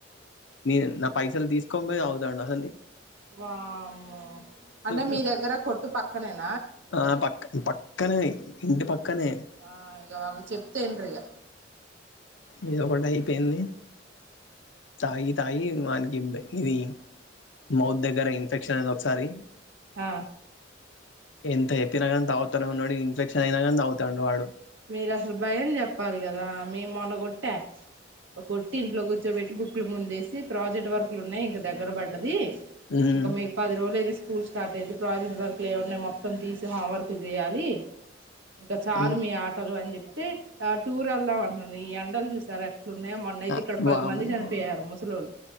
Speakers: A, on the left; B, on the right.
A: నే నా పైసలు తీసుకోనీ పోయి అగుతండూ దాని
B: వామ్మొ అంటే
A: గుర్తు
B: మీ దగ్గర కొట్టు పక్క కమాన్
A: ఆ పక్క పక్కనే ఇంటి పక్కనే
B: ఆ ఇగ వాళ్ళు చెప్తే ఇంటరు ఇగ
A: ఇది ఒకటి అయిపోయింది తాగి తాగి వానికి ఇది మౌత్ దగ్గర ఇన్ఫెక్షన్ అయింది ఒకసారి
B: ఆ
A: ఎంత చెప్పిన కానీ తాగుతేనున్నడు ఇన్ఫెక్షన్ అయినా కానీ తగుతాండు వాడు
B: మీరు అసలు భయం చెప్పాలి కదా మీ మొన్నగోట్టి కుట్ట కుర్ ట్ ఇంట్లో కూర్చోబెట్టి బుక్లు ముందేసి ప్రాజెక్ట్ వర్కులు ఉన్నాయి ఇంక దగ్గర పడ్డది
A: ఉమ్,
B: ఇంక మీకు పది రోజులు అయితే స్కూల్స్ స్టార్ట్ అయిది ప్రాజట్ వర్క్లు లేమున్న మొత్తం తీసి హాం వర్క్లు చేయాలి ఇంక చాలు
A: ఉమ్,
B: మీ ఆ అని చెప్తే ఆ టూరెల్దమ్ అంటుంది ఈ ఎండలు చూస్తే సరే అట్లునయో మొన్నయితే
A: ఆ,
B: ఇక్కడ పది
A: వామ్మో
B: మంది చనిపోయారు ముసలొళ్ళు